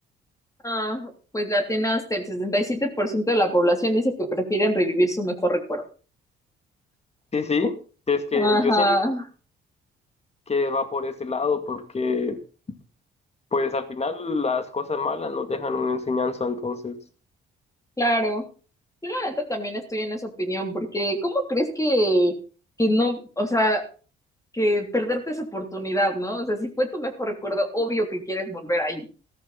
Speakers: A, on the left; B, on the left.
A: Ah, pues la tiene hasta el 67% de la población dice que prefieren revivir su mejor recuerdo.
B: Sí, sí, es que
A: Ajá,
B: yo siento que va por ese lado porque pues al final las cosas malas nos dejan una enseñanza, entonces
A: claro. Yo la neta también estoy en esa opinión, porque ¿cómo crees que, que no, o sea, que perderte esa oportunidad, ¿no? O sea, si fue tu mejor recuerdo, obvio que quieres volver ahí.